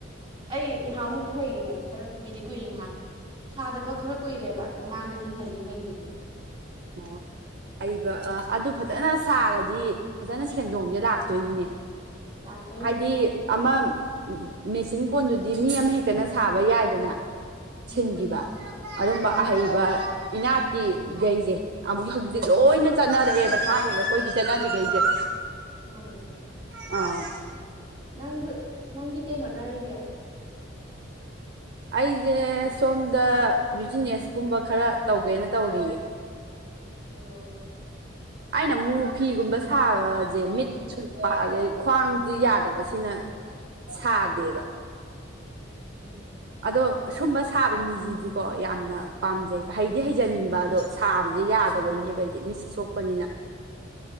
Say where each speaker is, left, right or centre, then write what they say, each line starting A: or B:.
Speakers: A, on the right; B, on the right.
A: ꯑꯩ ꯅꯍꯥꯟꯃꯨꯛꯇꯤ ꯍꯩꯒꯤꯕꯅꯦ ꯈꯔ ꯀꯨꯏꯗꯤ ꯀꯨꯏꯔꯦ ꯅꯍꯥꯟ ꯁꯥꯗꯕ ꯈꯔ ꯀꯨꯏꯔꯦꯕ ꯃꯃꯥꯡꯗꯗꯤ ꯍꯩꯗꯤ ꯍꯩꯒꯤꯝꯅꯦ
B: ꯑꯣ ꯑꯩꯕ ꯑ ꯑꯗꯨ ꯐꯖꯅ ꯁꯥꯔꯗꯤ ꯐꯖꯅ ꯁꯦꯟꯗꯣꯡꯁꯦ ꯂꯥꯛꯇꯣꯏꯅꯤꯅꯦ
A: ꯂꯥꯛꯇꯣꯏꯅꯦ
B: ꯍꯥꯏꯗꯤ ꯑꯃ ꯃꯦꯆꯤꯟ ꯀꯣꯟꯗꯨꯗꯤ ꯃꯤ ꯑꯃ ꯍꯦꯛꯇꯅ ꯁꯥꯕ ꯌꯥꯏꯗꯅ
A: ꯎꯝ
B: ꯁꯤꯟꯈꯤꯕ ꯑꯗꯨꯝꯕ
A: ꯎꯝ
B: ꯑꯍꯩꯕ ꯏꯅꯥꯠꯀꯤ ꯒꯩꯁꯦ ꯑꯃꯨꯛ ꯍꯧꯖꯤꯛꯇꯤ ꯂꯣꯏꯅ ꯆꯠꯅꯔꯛꯑꯦꯕ ꯊꯥꯏꯅꯒꯤ ꯑꯩꯈꯣꯏꯒꯤ ꯆꯠꯅꯕꯤꯈꯩꯁꯦ
A: ꯃꯥꯅꯤꯅꯤ
B: ꯑꯥ
A: ꯅꯪꯁꯨ ꯅꯪꯗꯤ ꯀꯩ ꯍꯣꯠꯅꯔꯤꯒꯦ
B: ꯑꯩꯁꯦ ꯁꯣꯝꯗ ꯕꯤꯖꯤꯅꯦꯁꯀꯨꯝꯕ ꯈꯔ ꯇꯧꯒꯦꯅ ꯇꯧꯔꯤꯌꯦ
A: ꯑꯣ
B: ꯑꯩꯅ ꯃꯨꯛ ꯐꯤꯒꯨꯝꯕ ꯁꯥꯕꯖꯦ ꯃꯤꯠ ꯁꯨꯡꯄ ꯑꯗꯩ ꯈ꯭ꯋꯥꯡꯖꯤ ꯌꯥꯗꯕꯁꯤꯅ ꯁꯥꯗꯦꯕ
A: ꯎꯝ
B: ꯑꯗꯣ ꯁꯨꯝꯕ ꯁꯥꯕ ꯃꯤꯖꯤꯗꯤꯀꯣ ꯌꯥꯝꯅ ꯄꯥꯝꯖꯩꯕ ꯍꯩꯗꯤ ꯍꯩꯖꯅꯤꯡꯕ ꯑꯗꯣ ꯁꯥꯕꯖꯦ ꯌꯥꯗꯕꯩꯅꯦꯕ ꯑꯩꯗꯤ ꯃꯤꯠꯁꯦ ꯁꯣꯛꯄꯅꯤꯅ